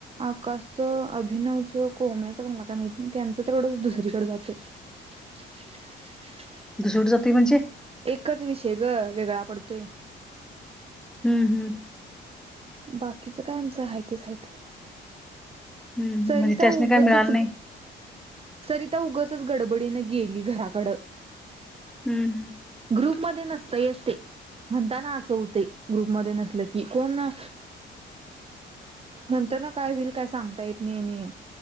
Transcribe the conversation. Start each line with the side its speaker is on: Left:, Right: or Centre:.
Right: आकाशचं, अभिनवचं कोम्याचं मला काय माहित नाही, त्यांचं तिकडंच दुसरीकडे जातय. <unintelligible> <inaudible>
Centre: दुसरीकड जातय म्हणजे?
Right: एकच विषय ग वेगळा पडतोय.
Centre: हम्म, हम्म.
Right: बाकीचं काय आमचं आहे तेच हायीत.
Centre: हम्म हम्म.
Right: सरिता
Centre: म्हणजे त्यासनी
Right: उगचच
Centre: काय मिळालं नाही.
Right: सरिता उगचंच गडबडीनें गेली घराकडं
Centre: हम्म हम्म.
Right: ग्रुप मध्ये नसतयच ते, म्हणताना असं होतंय ग्रुपमध्ये नसल की कोण ना नंतर ना काय होईल काय सांगता येत नाही, आणि